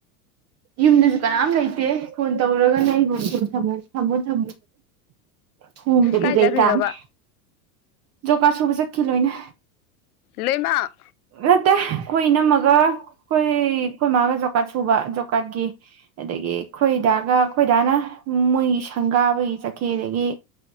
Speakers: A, on the right; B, on the left.
A: ꯌꯨꯝꯗꯁꯨ ꯀꯅꯥꯝ ꯂꯩꯇꯦ ꯐꯣꯟ ꯇꯧꯔꯒꯅ ꯑꯩꯕꯨ <unintelligible> ꯊꯝꯃꯨ ꯊꯝꯃꯣꯅ꯫ ꯊꯣꯡꯗꯕꯤ
B: ꯀꯥꯏ
A: ꯂꯩꯇꯥꯝꯅꯦ꯫
B: ꯆꯠꯈ꯭ꯔꯤꯅꯣꯕ
A: ꯖꯣꯕꯀꯥꯔ ꯁꯨꯕ ꯆꯠꯈꯤ ꯂꯣꯏꯅ꯫
B: ꯂꯣꯏꯃꯛ꯫
A: ꯅꯠꯇꯦ ꯑꯩꯈꯣꯏ ꯏꯅꯝꯃꯒ ꯑꯩꯈꯣꯏ ꯑꯩꯈꯣꯏ ꯃꯥꯒ ꯖꯣꯀꯥꯠ ꯁꯨꯕ ꯖꯣ ꯀꯥꯠꯀꯤ ꯑꯗꯒꯤ ꯑꯩꯈꯣꯏꯗꯥꯒ ꯑꯩꯈꯣꯏꯗꯥꯅ ꯃꯣꯏꯒꯤ ꯁꯪꯒꯥꯕꯒꯤ ꯆꯠꯈꯤ ꯑꯗꯒꯤ